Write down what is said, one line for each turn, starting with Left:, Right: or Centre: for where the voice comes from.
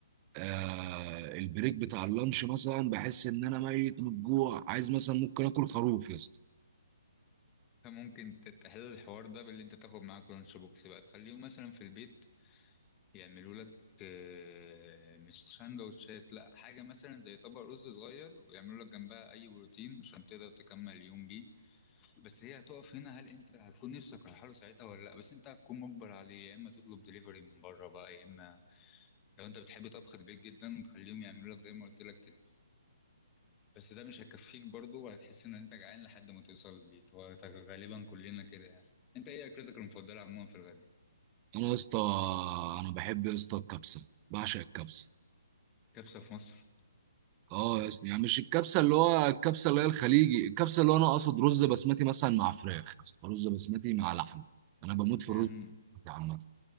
Right: آه البريك بتاع اللانش مثلا بحس ان انا ميت من الجوع عايز مثلا ممكن اكل خروف يا اسطى
Left: فممكن تحل الحوار ده باللي انت تاخد معاك لانش بوكس بقى تخليهم مثلا في البيت يعملوا لك آه، مش سندوتشات لا حاجة مثلا زي طبق رز صغير ويعملوا لك جنبها أي بروتين عشان تقدر تكمل اليوم بيه بس هي هتقف هنا هل انت هتكون نفسك رايحه له ساعتها ولا لا بس انت هتكون مجبر عليه يا اما تطلب دليفري من بره بقى يا اما لو انت بتحب طبخ البيت جدا خليهم يعملوا لك زي ما قلت لك كده بس ده مش هيكفيك برضه وهتحس ان انت جعان لحد ما توصل البيت هو غالبا كلنا كده يعني انت ايه اكلتك المفضله عموما في الغدا
Right: انا يا اسطى انا بحب يا اسطى الكبسه بعشق الكبسه
Left: كبسه في مصر
Right: اه يا اسطى يعني مش الكبسه اللي هو الكبسه اللي هي الخليجي الكبسه اللي هو انا اقصد رز بسمتي مثلا مع فراخ يا اسطى، رز بسمتي مع لحم انا بموت في
Left: يا
Right: الرز
Left: عم
Right: بسمتي عامه